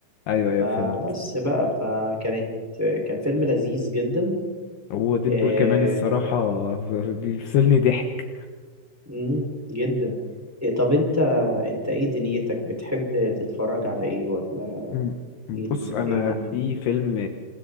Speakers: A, on the left; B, in the centre.
A: ايوه ايوه
B: فبس
A: فهمت
B: بقى فكانت آه، كان فيلم لذيذ جدا
A: هو ديد
B: آه
A: بول كمان الصراحة ب- ب- بيفصلني ضحك
B: مم، جدا إيه طب انت انت ايه دنيتك بتحب تتفرج على ايه ولا
A: مم. بص
B: ايه دن-
A: انا
B: ايه الدنيا
A: في فيلم